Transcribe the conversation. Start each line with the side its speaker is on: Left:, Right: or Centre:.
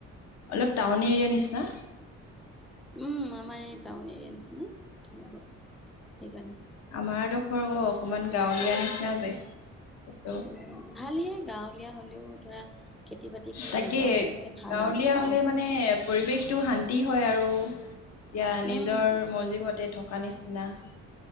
Left: অলপ টাউন এৰিয়া নিচিনা।
Centre: উম আমাৰ এই টাউন এৰিয়াৰ নিচিনা তেনেকুৱা সেইকাৰণে।
Left: আমাৰ ডোখৰ আকৌ অকমান গাঁৱলীয়া নিচিনা যে।
Centre: উম, ভাল‌ইহে গাঁৱলীয়া হ'লেও ধৰা। খেতি বাতি খিনি
Left: তাকে
Centre: নিজৰ হলে মানে ভাল
Left: গাঁৱলীয়া
Centre: আৰু ন
Left: হ'লে মানে পৰিৱেশটো শান্তি হয় আৰু। ইয়াৰ নিজৰ
Centre: উম
Left: মৰ্জিমতে থকা নিচিনা।